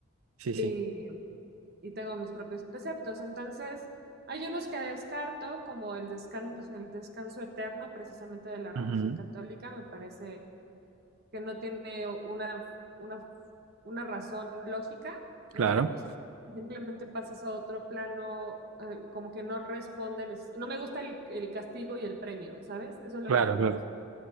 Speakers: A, on the right; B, on the right.
A: sí,
B: y,
A: sí.
B: y tengo mis propios preceptos. Entonces, hay unos que descarto, como el descanso, el descanso eterno, precisamente de la religión
A: Ujú,
B: católica, me parece que no tiene una, una, una razón lógica, ¿no?
A: Claro.
B: O sea, simplemente pasas a otro plano, eh, como que no responden. es- No me gusta el, el castigo y el premio, ¿sabes? Eso es lo
A: Claro,
B: que no me
A: claro.
B: gusta.